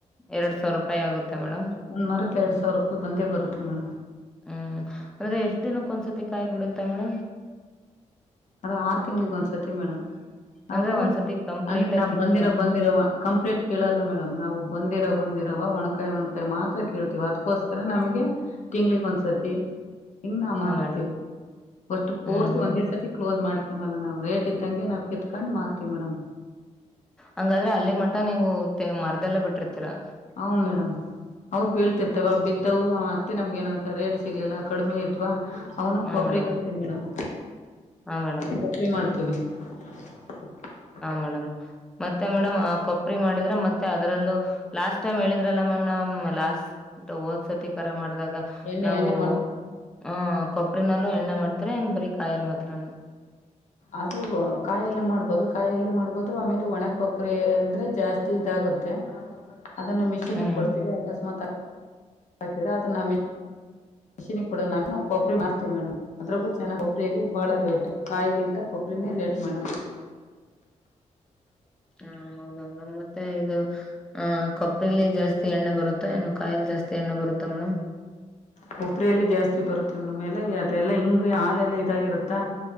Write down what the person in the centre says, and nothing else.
ಎರಡ್ ಸಾವಿರ ರೂಪಾಯಿ ಆಗುತ್ತೆ ಮೇಡಮ್
ಹ್ಮ್ ಅದ್ರೆ ಎಷ್ಟ್ ದಿನಕ್ಕ ಒಂದ್ಸತಿ ಕಾಯಿ ಬಿಡುತ್ತೆ ಮೇಡಮ್
ಅಂದ್ರೆ ಒಂದ್ಸತಿ ಕಂಪ್ಲೀಟ್
ಆಗಿ
ಕಿತ್ಮೇಲ
ಹಾ
ಮೇಡಮ್
ಹ್ಮ್ ಹ್ಮ್
ಹಂಗಾದ್ರೆ ಅಲ್ಲಿ ಮಠ ನೀವು ಮರದೆಲ್ಲ ಬಿಟ್ಟಿರ್ತೀರಾ?
ಹಾ
ಮೇಡಮ್
ಹಾ ಮೇಡಮ್
ಮೇಡಂ ಮತ್ತೆ ಮೇಡಮ್ ಕೊಬರಿ ಮಾಡಿದ್ರೆ ಮತ್ತ ಅದ್ರಲ್ಲೂ ಲಾಸ್ಟ್ ಟೈಮ್ ಹೇಳಿದ್ರಲ್ಲ ಮ್ಯಾಮ್ ನಮ್ಮ್ ಲಾಸ್ಟ್ ದ್ ಹೊಸತಿ ಕರೆ ಮಾಡಿದಾಗ.
ನಾವು
ಅ ಕೊಬ್ಬರಿನಲ್ಲೂ ಎಣ್ಣೆ ಮಾಡ್ತರ ಏನ್ ಬರಿ ಕಾಯಲ್ ಮಾತ್ರನಾ?
ಹ್ಮ್
ಹಾ ಹೌದೌ ನ ಮತ್ತೆ ಇದು ಹ ಕೊಪ್ಪ್ರಲ್ಲಿ ಜಾಸ್ತಿ ಜಾಸ್ತಿ ಎಣ್ಣೆ ಬರುತ್ತಾ ನ್ನು ಕಾಯಲಿ ಜಾಸ್ತಿ ಎಣ್ಣೆ ಬರುತ್ತಾ ಮೇಡಮ್